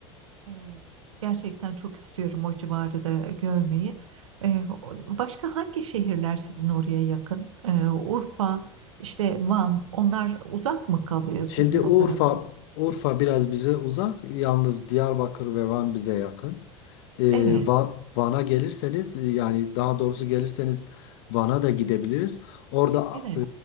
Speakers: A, on the right; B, on the left.
A: Evet. Gerçekten çok istiyorum o civarı da görmeyi. Ee, o- başka hangi şehirler sizin oraya yakın? Ee, Urfa, işte Van, onlar uzak mı kalıyor
B: Şimdi
A: sizin
B: Urfa
A: o tarafa?
B: Urfa biraz bize uzak. Yalnız Diyarbakır ve Van bize yakın. Ee,
A: Evet,
B: Va- Van'a gelirseniz e, yani daha doğrusu gelirseniz Van'a da gidebiliriz. Orada
A: evet,
B: e,